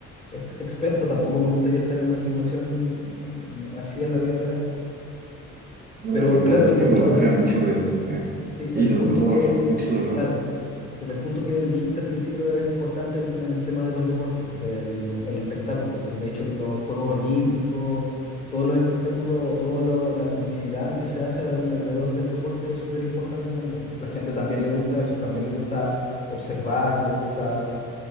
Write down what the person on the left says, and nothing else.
ex- experto, tampoco me gustaría estar en una situación eh, así en la vida real.
Pero
claro,
el
punto,
al pri-
el,
Sí,
el
punto que,
claro, pero el punto que dijiste al principio es importante el- en el tema de los deportes, del el espectáculo. Pues, De hecho, los Juegos Olímpicos, todos los espectáculos, toda la publicidad que se hace al- alrededor del deporte es súper importante también. La gente también le gusta eso, también le gusta observar, le gusta